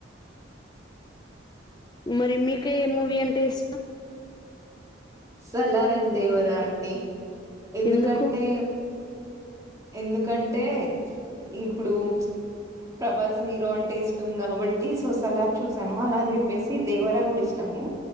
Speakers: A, on the left; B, on the right.
A: మరి మీక మూవీ అంట దేశ
B: సలార దేవరా అండి ఎందుకంటే
A: ఎందుకు
B: ఎందుకంటే ఇప్పుడు ప్రభాస్ హీరో అంటే ఇష్టం కాబట్టి సో సలార్ చూసాను అలాని చెప్పే దేవరా గుడి ఇష్టమే